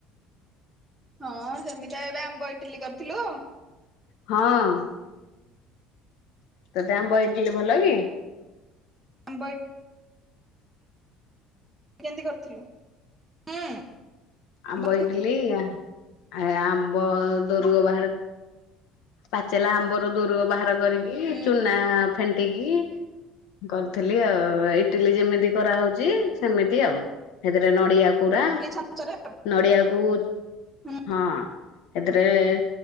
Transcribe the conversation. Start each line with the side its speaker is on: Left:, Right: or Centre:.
Centre: ହଁ ସେମିତି ଏବେ ଆମେ ପା ଇଟିଲି କରିଥିଲୁ।
Left: ହଁ ତତେ ଆମ୍ବ ଇଟିଲି ଭଲ କି?
Centre: ଆମ୍ବ କେମିତି କରିଥିଲୁ ହୁଁ
Left: ଆମ୍ବ
Centre: କେମିତି
Left: ଇଟିଲି,
Centre: କରିଥିଲୁ?
Left: ଆ ଆମ୍ବ ଦରୁଗ ବାହାରେ ପାଚଲା ଆମ୍ବର ଦୋରୁଓ ବାହାର କରିକି
Centre: ହୁଁ
Left: ଚୁନା ଫେଣ୍ଟିକି। କରିଥିଲି ଆଉ ଇଟିଲି ଯେମିତି କରାହଉଛି ସେମିତି ଆଉ। ସେଥିରେ ନଡିଆ କୁରା
Centre: <unintelligible>
Left: ନଡ଼ିଆକୁ ହଁ
Centre: ହୁଁ
Left: ସେଥିରେ